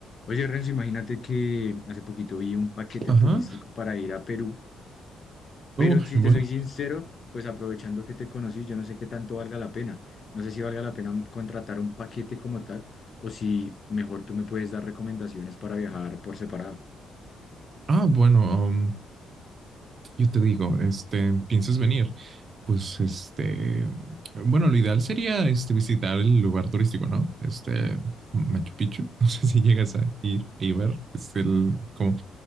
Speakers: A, on the left; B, on the right.
A: Oye, Renzo, imagínate que hace poquito vi un paquete
B: Ajá.
A: turístico para ir a Perú, pero
B: Uh,
A: si
B: bueno.
A: te soy sincero, pues aprovechando que te conocí, yo no sé qué tanto valga la pena. No sé si valga la pena contratar un paquete como tal o si mejor tú me puedes dar recomendaciones para viajar por separado.
B: Ah, bueno, um, yo te digo, este, ¿piensas venir? Pues, este, bueno, lo ideal sería, este, visitar el lugar turístico, ¿no? Este, Machu Picchu. <laughs> No sé si llegas a ir y ver. Es el, como,